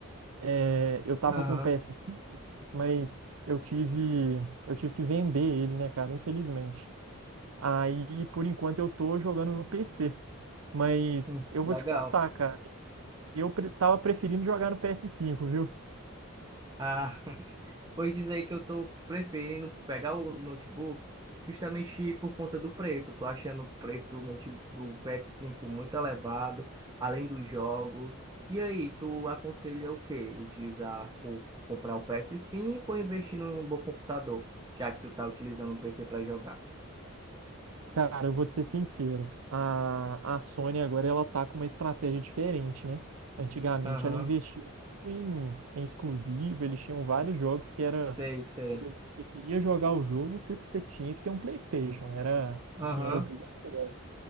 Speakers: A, on the right; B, on the right.
A: É, eu tava
B: Aham,
A: com o ps cinco mas eu tive, eu tive que vender ele, né, cara? Infelizmente. Aí, por enquanto, eu tô jogando no PC. Mas
B: hum,
A: eu
B: legal.
A: vou te contar, cara. Eu pre- tava preferindo jogar no ps cinco viu?
B: Ah. Pois diz aí que eu tô preferindo pegar o notebook justamente por conta do preço. Eu tô achando o preço do, note- do PS5 muito elevado, além dos jogos. E aí, tu aconselha o quê? Utilizar o comprar o PS5 ou investir num bom computador, já que tu tá utilizando um PC para jogar?
A: Cara, eu vou te ser sincero. A, a Sony agora ela tá com uma estratégia diferente, né? Antigamente
B: Aham,
A: ela investia muito em, em exclusivo, eles tinham vários jogos que era,
B: sei, sei.
A: por exemplo, você queria jogar o jogo, você, você tinha que ter um PlayStation, era
B: Aham,
A: assim, era obrigatório.